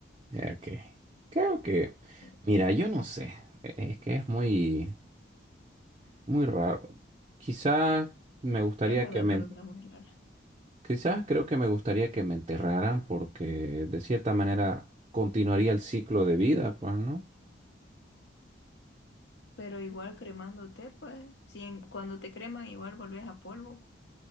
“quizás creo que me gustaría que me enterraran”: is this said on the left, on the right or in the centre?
Right